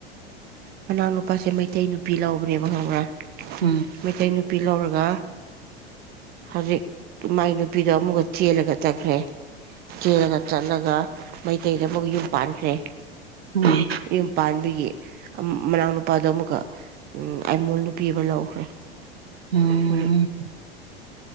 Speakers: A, on the right; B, on the right.
A: ꯃꯅꯥꯎ ꯅꯨꯄꯥꯁꯦ ꯃꯩꯇꯩ ꯅꯨꯄꯤ ꯂꯧꯕꯅꯦꯕ ꯈꯪꯕ꯭ꯔꯥ
B: ꯎꯝ
A: ꯃꯩꯇꯩ ꯅꯨꯄꯤ ꯂꯧꯔꯒ ꯍꯧꯖꯤꯛ ꯏꯃꯥꯏ ꯅꯨꯨꯄꯤꯗꯣ ꯑꯃꯨꯛꯀ ꯆꯦꯜꯂꯒ ꯆꯠꯈ꯭ꯔꯦ ꯆꯦꯜꯂꯒ ꯆꯠꯂꯒ ꯃꯩꯇꯩꯗ ꯑꯃꯨꯛ ꯌꯨꯝ ꯄꯥꯟꯈ꯭ꯔꯦ
B: ꯎꯝ
A: ꯌꯨꯝ ꯄꯥꯟꯕꯒꯤ ꯑꯃ ꯃꯅꯥꯎꯅꯨꯄꯥ ꯅꯨꯄꯥꯗꯣ ꯑꯃꯨꯛꯀ ꯎ ꯑꯥꯏꯃꯣꯟꯜ ꯅꯨꯄꯤ ꯑꯃ ꯂꯧꯈ꯭ꯔꯦ
B: ꯎꯝ
A: ꯑꯗꯨ <unintelligible>